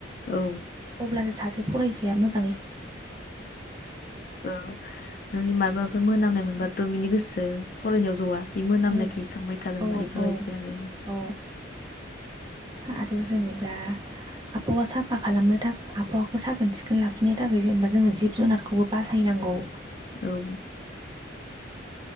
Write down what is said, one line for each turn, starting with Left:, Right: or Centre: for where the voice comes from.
Left: औ
Right: अब्लासो सासे फरायसाया मोजां
Left: औ नोंनि माबाफोर मोनामनायमोन ब्लाथ' बिनि गोसो फरायनायाव ज'आ बे मोनामनायखि
Right: औ
Left: जोसो थांबाय थागोन
Right: औ
Left: बेफोरबायदि
Right: औ
Left: आरो
Right: औ आरो जेनेबा आबहावा साफा खालामनो थाखाय आबहावाखौ साखोन सिखोन लाखिनो थाखाय जेनेबा जोङो जिब जुनारखौबो बासायनां गौ
Left: औ